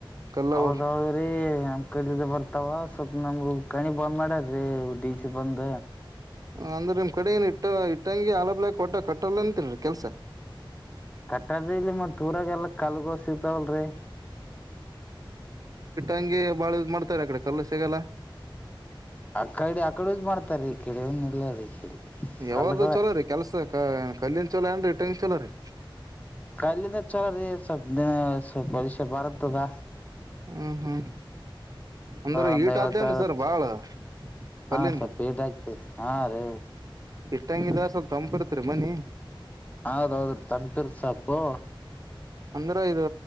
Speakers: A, on the right; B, on the left.
A: ಕಲ್ಲವು
B: ಹೌದೌದ್ರೀ ನಮ್ ಕಲಿದ್ದ ಬರ್ತಾವ ಸ್ವಲ್ಪ್ಪ ನಮ ಕಣಿ ಬಂದ್ ಮಾಡ್ಯಾರೀ ಡಿ ಸಿ ಬಂದ
A: ಅಂದ್ರೆ ನಿಮ್ ಕಡೆಗಏನ ಇಟ್ಟ ಇಟ್ಟಂಗಗೆ ಆಲ ಬ್ಲಕ್ ಒಟ್ಟಟ ಕಟ್ಟಲ್ಲ ಅಂತನ್ರಿ ಕೆಲ್ಸ
B: ಕಟ್ಟಡದ ಇಲ್ಲಿ ಮತ್ ದೂರಾಗ ಎಲ್ಲ ಕಲ್ಗೋ ಸಿಗ್ತಾವಲ್ರಿ
A: ಂಗೆ ಬಾಳ ಮಾಡ್ತಾರೆ ಅ ಕಡೆ ಕಲ್ಲ ಸಿಗಲ್ಲ
B: ಆ ಕಡೆ ಆ ಕಡೆ ಯೂಸ್ ಮಾಡ್ತಾರ ಈ ಕಡೆ ಇಲ್ಲ ರೀ ಈ ಕಡೆ
A: ಯಾವ್ದ
B: ಕಲ್ಗಳ
A: ಚಲೋ ರೀ ಕೆಲ್ಸ ಕಲ್ಲಿನ್ ಚಲೋ ಏನ್ರಿ ಇಟ್ಟಂಗ ಚಲೋ ರೀ
B: ಕಲ್ಲಿಿಂದ ಚಲೋ ರೀ ಸ್ವ ದಿನ ಸ್ವಲ್ ಪರಕ್ಷೆ ಬರತ್ತದ
A: ಹ್ಮ ಹ್ಮ್ ಅಂದ್ರ
B: ಒಂದ್
A: ಈಟ್ದೇನ್ರಿ
B: ಐವತ್ತ ಅರವತ್
A: ಸರ್ ಬಾಳ
B: ಹಾ
A: ಕಲ್ಲಿಂದು
B: ಸ್ವಲ್ಪ ಏಟಾಗಗ್್ತದೆ ಹಾ ರೇವ
A: ಇಟ್ಟಂಗಿದ ಸ್ವಲ್ಪ ತಂಪಿರ್ತ ಇರ್ತದೆರಿ ಮನಿ
B: ಹೌದೌದ್ರಿ ತಂಪಿರ್ ಸೊಪ್ಪು
A: ಅಂದ್ರ ಇದು